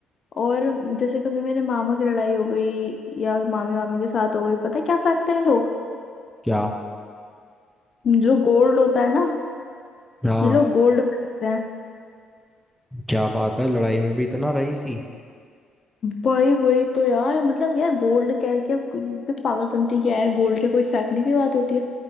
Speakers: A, on the left; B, in the centre.
A: और जैसे कभी मेरे मामा की लड़ाई हो गई या मामी वामी के साथ हो गई पता है क्या फेंकते हैं लोग
B: क्या
A: जो गोल्ड होता है ना
B: हाँ
A: ये लोग गोल्ड फेंकते हैं
B: क्या बात है लड़ाई में भी इतना रही सी
A: भाई वही तो यार मतलब यार गोल्ड क्या क्या क्या पागलपंती क्या है गोल्ड के कोई फेंकने की बात होती है